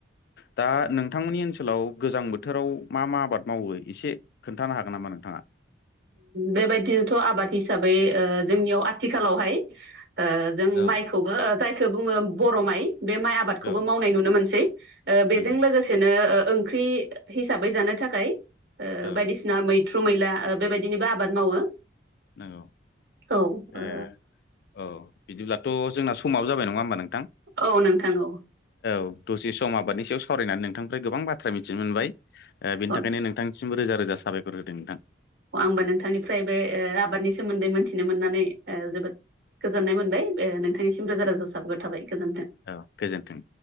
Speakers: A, on the left; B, on the right.
A: दा नोंथांमोननि ओनसोल ओनसोलाव गोजां बोथोराव मा मा आबाद मावो एसे खोन्थानो हागोन नामा नोंथाङा।
B: बेबायदिनोथ' आबाद हिसाबै जोंनियाव
A: औ
B: आथिखालावहाय जों
A: औ
B: माइखौबो जायखौ बुङो बर' माइ बे माइ आबादखौबो
A: औ
B: मावनाय नुनो मोनसै बेजों
A: नंगौ
B: लोगोसेनो ओंख्रि हिसाबै जानो थाखाय
A: औ
B: बायदिसिना मैथ्रु मैला बेबायदि बिदिबो आबाद मावो
A: नंगौ
B: औ ओ
A: ए औ बिदिब्ला थ' जोंना समाबो जाबाय नङा हबा नोंथां
B: औ नोंथां औ
A: औ दसे सम आबादनि। सावरायनानै नोंथांनिफ्राय गोबां बाथ्रा मिथिनो मोनबाय बेनि
B: औ
A: थाखायनो नोंथां। सिमबो रोजा रोजा साबायखर होदों नोंथां।
B: अ आंबो नोंथांनिफ्राय बे आबादनि सोमोन्दै मोनथिनो मोननानै जोबोद। गोजोननाय मोनबाय नोंथांनिसिम रोजा रोजा साबायखर थाबाय। गोजोन्थों।
A: औ गोजोन्थों।